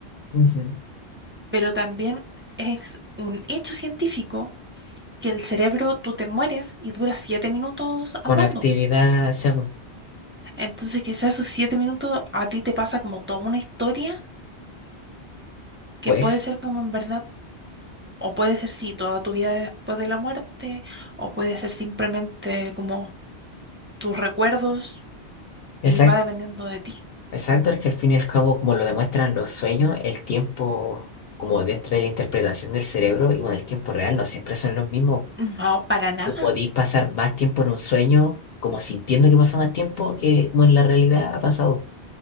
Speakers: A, on the left; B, on the right.
A: Ujú.
B: Pero también es un hecho científico que el cerebro, tú te mueres y dura siete minutos
A: Con
B: andando.
A: actividad, o sea,
B: Entonces, quizás esos siete minutos a ti te pasa como toda una historia que
A: pues,
B: puede ser como en verdad, o puede ser sí, toda tu vida después de la muerte, o puede ser simplemente como tus recuerdos
A: exacto.
B: y va dependiendo de ti.
A: Exacto, es que al fin y al cabo, como lo demuestran los sueños, el tiempo, como dentro de la interpretación del cerebro y con el tiempo real, no siempre son los mismos.
B: No, para nada,
A: Tú podís pasar más tiempo en un sueño, como sintiendo que pasó más tiempo, que como en la realidad ha pasado.